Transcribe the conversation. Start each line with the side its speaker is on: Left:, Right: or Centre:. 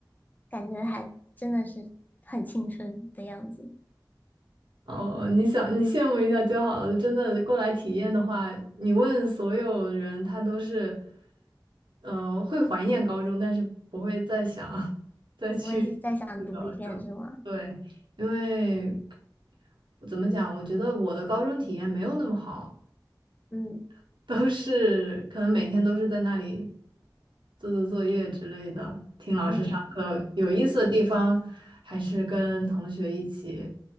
Left: 感觉还真的是很青春的样子。
Right: 哦，你想你羡慕一下就好了。真的过来体验的话，你问所有人，他都是，呃，会怀念高中，但是不会再想 <laughs> 再去读高中。
Left: 我也是再想读一遍，是吗？
Right: 对，因为怎么讲，我觉得我的高中体验没有那么好。
Left: 嗯
Right: <laughs> 都是可能每天都是在那里做做作业之类的，听老师上课。
Left: 嗯
Right: 有意思的地方还是跟同学一起